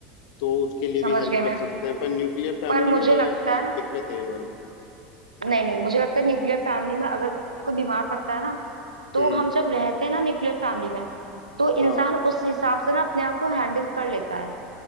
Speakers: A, on the left; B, on the right.
A: तो उसके लिए
B: समझ
A: भी हेल्प
B: गई
A: कर
B: मैं
A: सकते हैं पर न्यूक्लियर फैमिली
B: पर
A: में
B: मुझे
A: ये
B: लगता है
A: दिक्कत है ये वाली
B: नहीं नहीं मुझे लगता है न्यूक्लियर फैमिली में अगर कोई बीमार पड़ता है ना तो
A: हम्म
B: हम जब रहते हैं ना न्यूक्लियर फैमिली में तो इंसान
A: हाँ
B: उस हिसाब से ना अपने आप को हैंडल कर लेता है